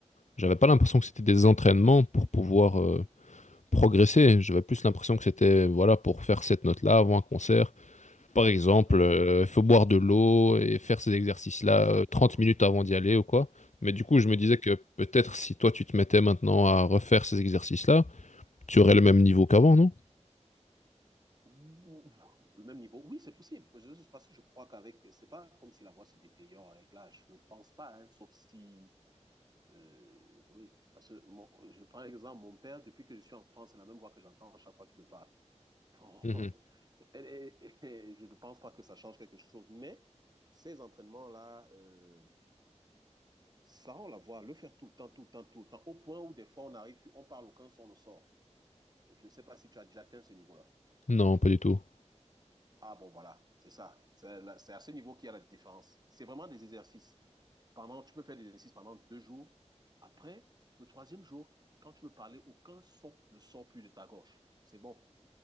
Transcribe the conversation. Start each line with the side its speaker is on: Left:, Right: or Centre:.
Left: j'avais pas l'impression que c'était des entraînements pour pouvoir euh, progresser. J'avais plus l'impression que c'était voilà pour faire cette note-là avant un concert. Par exemple,
Right: Ah,
Left: euh,
Right: ok.
Left: il faut boire de l'eau et faire ces exercices-là
Right: Exactement.
Left: euh, 30 minutes avant
Right: Oui.
Left: d'y aller ou quoi. Mais du coup, je me
Right: Oui.
Left: disais que peut-être si toi tu te mettais maintenant à refaire ces exercices-là, tu aurais le même niveau qu'avant, non?
Right: Ouh, Le même niveau. Oui, c'est possible. Je, je- parce que je crois qu'avec, c'est pas comme si la voix se détériore avec l'âge. Je ne pense pas, hein, sauf si Euh, oui, parce que mon- je prends l'exemple, mon père, depuis que je suis enfant, c'est la même voix que j'entends à chaque fois qu'il me parle. Bon, <laughs>
Left: Mhm.
Right: et- et- et <laughs> je ne pense pas que ça change quelque chose, mais ces entraînements-là, euh, ça, on la voit, le faire tout le temps, tout le temps, tout le temps, au point où des fois on arrive, on parle aucun son ne sort. Je ne sais pas si tu as déjà atteint ce niveau-là.
Left: Non, pas du tout.
Right: Ah bon, voilà, c'est ça. C'est c'est à ce niveau qu'il y a la différence. C'est vraiment des exercices. Pendant, tu peux faire des exercices pendant deux jours. Après, le troisième jour, quand tu veux parler, aucun son ne sort plus de ta gorge. C'est bon.